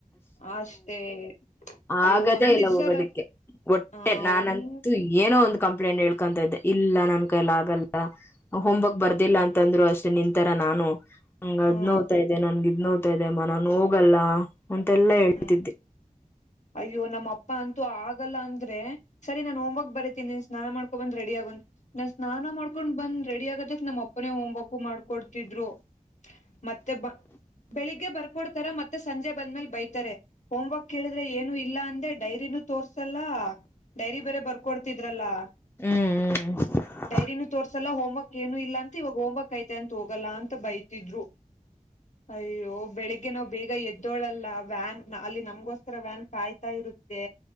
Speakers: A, on the left; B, on the left.
A: ಅಷ್ಟೇ ಅಯ್ಯೋ
B: ಆಗದೇ
A: ಒಂದ್
B: ಇಲ್ಲ
A: ದಿವ್ಸ
B: ಹೋಗೋದಿಕ್ಕೆ
A: ರ
B: ಹೊಟ್ಟೆ
A: ಆ
B: ನಾನಂತೂ
A: ಒಂದ್
B: ಏನೋ ಒಂದು ಕಂಪ್ಲೇಂಟ್ ಹೇಳ್ಕೊಂತ ಇದ್ದೆ ಇಲ್ಲ ನನ್ ಕೈಲ್ಲ ಆಗಲ್ಲ ಹೋಮ್ವರ್ಕ್ ಬರ್ದಿಲ್ಲ ಅಂ ತಂದ್ರು ಅಷ್ಟೇ ನಿಂತರ ನಾನು ನಂಗ್ ಅದ್
A: ಹ್ಮ್
B: ನೋವ್ತಾದೆ ನಂಗ್ ಇದ್ ನೋವ್ತಾದೆ ಗೊತ ಇದದೆಮ್ಮ ನಾನು ಹೋಗಲ್ಲ ಅಂತೆಲ್ಲಾ ಹೇಳ್ತಿದ್ದೆ.
A: ಹ್ಮ್ ಅಯ್ಯೋ ನಮ್ಮ ಅಪ್ಪ ಅಂತೂ ಆಗಲ್ಲ ಅಂದ್ರೆ ಸರಿ ನಾನ್ ಹೋಮ್ವಕ್ ಬರೀತೀನಿ ನೀ ಸ್ನಾನ ಮಾಡ್ಕೊಬಂದ ರೆಡಿ ಆಗ್ ನಾನ್ ಸ್ನಾನ ಮಾಡ್ಕೊಂಡ್ ಬಂದ ರೆಡಿಗತ್ತ ನಮ್ಮ ಅಪ್ಪನೇ ಹೋಮ್ ವರ್ಕ್ ಮಾಡ್ಕೊಡ್ತಿದ್ರು ಮತ್ತೆ ಬ ಬೆಳಿಗ್ಗೆ ಬರ್ಕೊಡ್ತಾರ ಮತ್ತೆ ಸಂಜೆ ಬಂದ್ಮೇಲ್ ಬೈತ್- ಹೋಮ್ ವರ್ಕ್ ಕೇಳಿದ್ರೆ ಏನು ಇಲ್ಲ ಅಂದೆ ಡೈರಿನೂ ತೋರ್ಸಲ್ಲ ಡೈರಿ ಬೇರೆ ಬರ್ಕೊಡ್ತಿದ್ರಲ್ಲಾ
B: ಹ್ಮ್ ಹ್ಮ್
A: ಡೈರಿನು ತೋರ್ಸಲ್ಲ ಹೋಮವರ್ಕ್ ಏನು ಇಲ್ಲ ಅಂತ ಇವಾಗ ಹೋಮ್ವರ್ಕ್ ಐತೆ ಅಂತ ಹೋಗಲ್ಲ ಅಂತ ಬೈತಿದ್ರು ಅಯ್ಯೋ ಬೆಳಿಗ್ಗೆ ನಾವ್ ಬೇಗ ಎದ್ದೋಳಲ್ಲ ವ್ಯಾನ್ ಅಲ್ಲಿ ನಮಗೋಸ್ಕರ ವ್ಯಾನ್ ಕಾಯ್ತಾ ಇರುತ್ತೆ